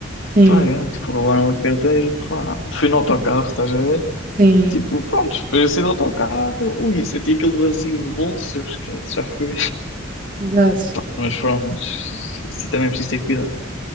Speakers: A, on the right (about 40°); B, on the left (about 75°).
A: Sim.
B: Pá, é, tipo, roubaram uma carteira, pá. Fui no autocarro, estás a ver?
A: Sim,
B: Tipo, pronto, foi assim do autocarro, ui, senti aquele vazio no bolso, eu esquece, já foi.
A: exato.
B: Mas pronto, assim também é preciso ter cuidado.